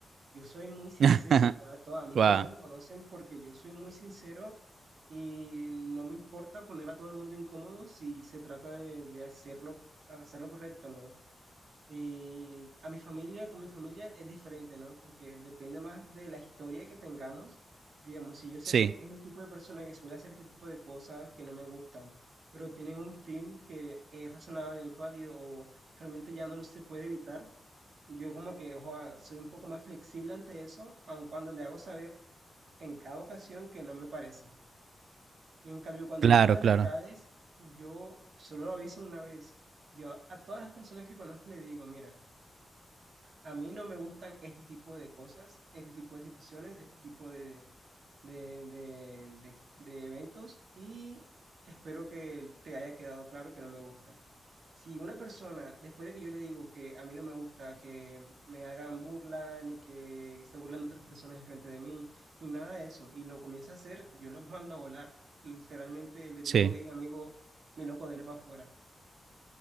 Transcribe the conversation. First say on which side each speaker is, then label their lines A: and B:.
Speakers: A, on the right; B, on the right.
A: Yo soy muy sincero,
B: <laughs>
A: ya to- a mí
B: Ah,
A: todos me conocen porque yo soy muy sincero y no me importa poner a todo el mundo incómodo si se trata de, de hacerlo, hacerlo correcto, ¿no? Y a mi familia, con mi familia es diferente, ¿no? Porque depende más de la historia que tengamos. Digamos, si yo sé
B: sí,
A: que es el tipo de persona que suele hacer este tipo de cosas que no me gustan, pero tienen un fin que es razonable, es válido o realmente ya no lo se puede evitar yo como que ojo, soy un poco más flexible ante eso, aun cuando le hago saber en cada ocasión que no me parece. Y en cambio, cuando
B: claro,
A: es con amistades,
B: claro,
A: yo solo lo aviso una vez. Yo a, a todas las personas que conozco le digo, mira, a mí no me gustan este tipo de cosas, este tipo de situaciones, este tipo de, de, de, de- de eventos y espero que te haya quedado claro que no me gusta. Si una persona, después de que yo le digo que a mí no me gusta que me hagan burla, ni que se burlen de otras personas enfrente de mí, ni nada de eso, y lo comienza a hacer, yo los mando a volar. Literalmente les
B: sí.
A: digo, hey amigo, mi loco, dele para afuera.